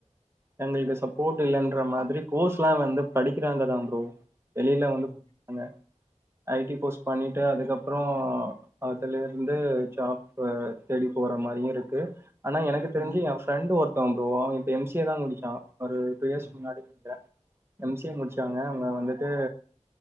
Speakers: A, on the right; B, on the left.
A: எங்களுக்கு சப்போர்ட் இல்லன்ற மாதிரி கோர்ஸ்ல்லா வந்து படிக்கிறாங்க தா ப்ரோ வெளில
B: ம்
A: வந்து <inaudible> ஐ டி கோர்ஸ் பண்ணிட்டு அதுக்கப்றோ அதுல இருந்து ஜாப்பு தேடி போற மாரியு இருக்கு ஆனா எனக்கு தெருஞ்சு
B: ம்
A: என் ஃப்ரெண்ட் ஃப்ரண்டு ஒருத்தவ ப்ரோ அவெ இப்ப எம் சி ஏ தா முடுச்சா ஒரு டூ இயர்ஸ்
B: ம்
A: முன்னாடின் நெனைகிறே எம் சி ஏ முடுச்சாங்க அவுங்க வந்துட்டு